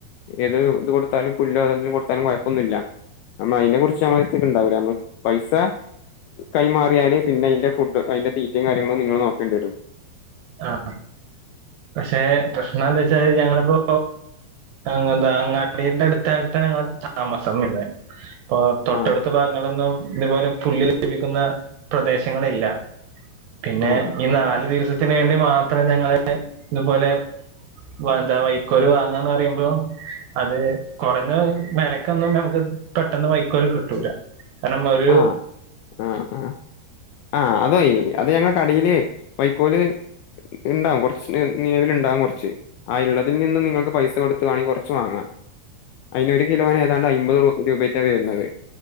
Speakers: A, on the left; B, on the right.
A: ഏത് ഇത് കൊടുത്താലും പുല്ലോ ഏതെങ്കിലും കൊട്ത്താലും കൊഴപ്പൊന്നുല്ല അമ്മ ഐനെ കൊർച്ച് സമത്ത്ക്ണ്ടാവൂല അമ്മ പൈസ കൈമാറിയാല് പിന്നെ ഐന്റെ ഫുഡ് ഐന്റെ തീറ്റേം കാര്യങ്ങളും നിങ്ങള് നോക്കേണ്ടി വരും
B: ആഹ് പക്ഷെ പ്രശ്നെന്തേച്ചാല് ഞങ്ങളിപ്പൊ അങ്ങളെന്താ അങ്ങാടിൻ്റെ അട്ത്താട്ടാണ് ഞങ്ങളെ താമസം വരുന്നേ ഇപ്പൊ തൊട്ടടുത്ത്
A: ആഹ്
B: ഭാഗങ്ങളിലൊന്നും ഇതേപോലെ പുല്ല് ലഭിക്കുന്ന പ്രദേശങ്ങളില്ല പിന്നെ
A: ആഹ്
B: ഈ നാല് ദിവസത്തിന് വേണ്ടി മാത്രം ഞങ്ങള് ഇത്പോലെ എന്താ വൈക്കോല് വാങ്ങാന്നറിയുമ്പോ അത് കൊറഞ്ഞ വെലക്കൊന്നും നമുക്ക് പെട്ടെന്ന് വൈക്കോല് കിട്ടൂല കാരണം ഒരു
A: ആഹ് ആഹ് ആഹ് ആഹ് അത്കയ്യൂല അത് ഞങ്ങളെ കടീല് വൈക്കോല് ഇണ്ടാകും കൊർച്ച് നിലവില്ണ്ടാകും കൊർച്ച് ആ ഇള്ളതിൽ നിന്നും നിങ്ങക്ക് പൈസ കൊട്ത്ത് വാണെങ്കി കൊർച്ച് വാങ്ങാ ഐന് ഒരു കിലോന് ഏതാണ്ട് ഐമ്പത് രൂ രൂപേറ്റെ വെര്ന്നത്